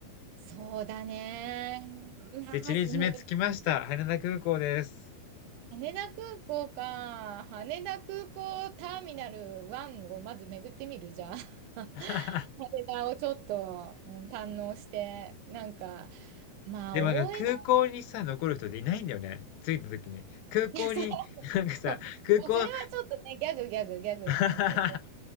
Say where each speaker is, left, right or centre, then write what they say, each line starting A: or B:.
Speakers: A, on the right; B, on the left.
A: そうだね。まあ、
B: で、ちりじめ着きました。
A: む
B: 羽田空港です。
A: 羽田空港か。羽田空港ターミナル1をまず巡ってみる、じゃあ。<laughs>
B: <laughs>
A: 羽田をちょっと、うん堪能して、なんか、まあ、
B: でもなんか空港にさ、
A: 大江戸、
B: 残る人っていないんだよね、着いた時に。空港に
A: いや、そま
B: <laughs> なんかさ、
A: あそれはちょっとね、
B: 空港
A: ギャグギャグギャグなんだけど、
B: <laughs>